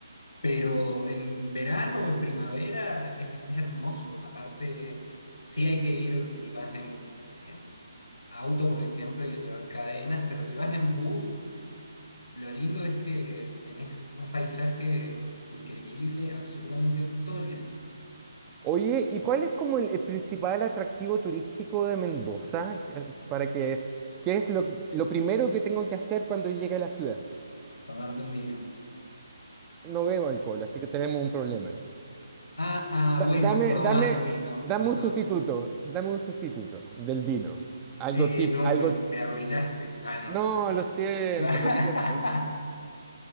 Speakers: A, on the left; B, on the right.
A: pero en verano o en primavera es, es hermoso. Aparte, sí hay que ir si vas en, en auto, por ejemplo, hay que llevar cadenas, pero si vas en bus... Lo lindo es que tenés un paisaje increíble absolutamente todo el viaje.
B: Oye, ¿y cuál es como el, el principal atractivo turístico de Mendoza? Que- Para que, ¿qué es lo, que- lo primero que tengo que hacer cuando llegue a la ciudad?
A: Tomarte un vino.
B: No bebo alcohol, así que tenemos un problema.
A: Ah, ah,
B: Da-
A: bueno,
B: Dame,
A: probar
B: dame,
A: un vino,
B: dame
A: entonces.
B: un sustituto, dame un sustituto del vino. Algo
A: Eh,
B: tip,
A: no,
B: algo.
A: me, me arruinaste. Ah, no,
B: No,
A: mentira,
B: lo siento,
A: mentira. <laughs>
B: lo siento.